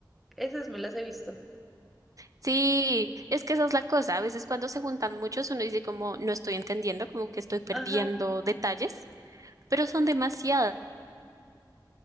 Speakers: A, in the centre; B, on the right (about 45°).
A: esas me las he visto.
B: Sí, es que esa es la cosa. A veces cuando se juntan muchos, uno dice como no estoy entendiendo, como que estoy perdiendo
A: Ajá.
B: detalles, pero son demasiadas.